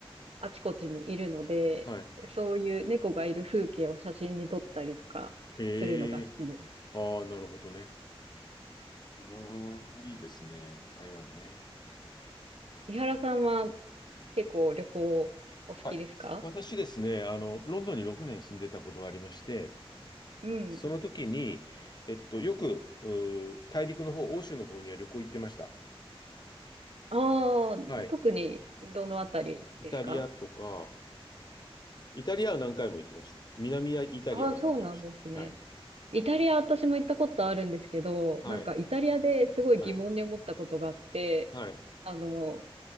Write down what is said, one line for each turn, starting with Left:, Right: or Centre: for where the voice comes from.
Right: あちこちにいるので、
Left: はい。
Right: そういう猫がいる風景を写真に撮ったりとかするのが好きです。
Left: へえ。ああ、なるほどね。うーん、いいですね。台湾ね。
Right: 伊原さんは結構旅行お好きですか
Left: はい。私ですね、あの、ロンドンに6年住んでたことがありまして、
Right: うん。
Left: その時に、えっと、よく、うー大陸の方、欧州の方には旅行行ってました。
Right: ああ、
Left: はい。
Right: 特にどのあたりですか
Left: イタリアとか、イタリアは何回も行きました。南イタリアまで行きました。
Right: ああ、そうなんですね。
Left: はい。
Right: イタリア私も行ったことあるんですけど、
Left: はい。
Right: なんかイタリアですごい疑問に思ったことがあって、
Left: はい。はい。
Right: あの、